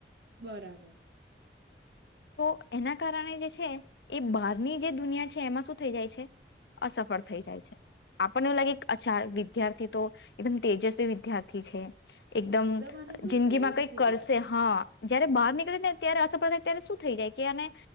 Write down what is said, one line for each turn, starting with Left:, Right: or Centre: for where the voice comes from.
Right: બરાબર
Left: તો એના કારણે જે છે એ બહારની જે દુનિયા છે એમાં શું થઈ જાય છે અસફળ થઈ જાય છે આપને એવું લાગે અછા વિદ્યાર્થી તો એદમ તેજસ્વી વિદ્યાર્થી છે એકદમ
Right: આને શું
Left: જિંદગીમાં
Right: થયું એવું
Left: કઈક
Right: થઈ
Left: કરશે
Right: જાય આપણને
Left: હા જયારે બહારનીકે ને ત્યારે અસપ્રદાય અ્યારે શું થઈ જાય કે અને